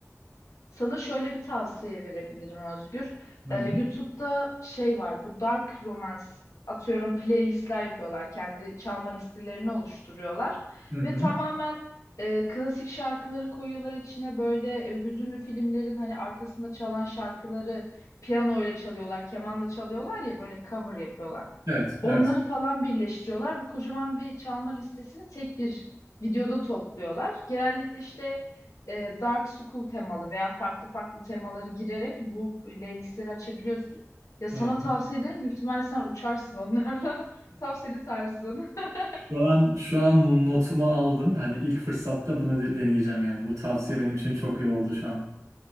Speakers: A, on the left (about 75°); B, on the right (about 75°).
A: Sana şöyle bir tavsiye verebilirim Özgür.
B: Hı
A: Ee,
B: hı.
A: YouTube'da şey var, bu dark romance atıyorum playlistler yapıyorlar. Kendi çalma listelerini oluşturuyorlar.
B: Hı hı.
A: Ve tamamen e, klasik şarkıları koyuyorlar içine. Böyle e, hüzünlü filmlerin hani arkasında çalan şarkıları piyanoyla çalıyorlar, kemanla çalıyorlar ya böyle cover yapıyorlar.
B: Evet
A: Onları
B: evet.
A: falan birleştiriyorlar ve kocaman bir çalma listesini tek bir videoda topluyorlar. Genellikle işte e, Dark School temalı veya farklı farklı temaları girerek bu playlistleri açabiliyorsun. Ya sana
B: Hı hı.
A: tavsiye ederim. Büyük ihtimalle sen uçarsın onlarla. <laughs> Tam senin tarzın. <laughs>
B: Şu an şu an notumu aldım. Hani ilk fırsatta bunu de- deneyeceğim yani. Bu tavsiye benim için çok iyi oldu şu an.